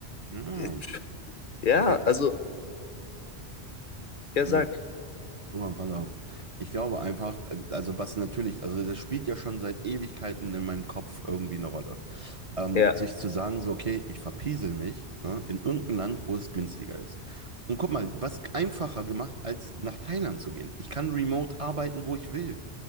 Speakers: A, on the right; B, on the left.
A: Ja.
B: äh, ja,
A: Wenn,
B: also, ja, sag,
A: hm. Guck mal, pass auf. Ich glaube einfach, also was natürlich, also das spielt ja schon seit Ewigkeiten in meinem Kopf irgendwie eine Rolle. Ähm,
B: ja,
A: sich zu sagen, so, okay, ich verpiesel mich, ne, in irgendein Land, wo es günstiger ist. Und guck mal, was einfacher gemacht, als nach Thailand zu gehen. Ich kann remote arbeiten, wo ich will.